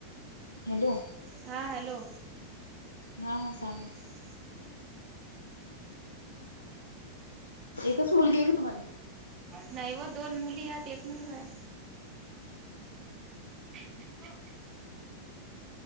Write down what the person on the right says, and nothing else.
हा हॅलो.
<unintelligible>
नाही ओ दोन मुली हायत, एक मुलगा हाय. हो.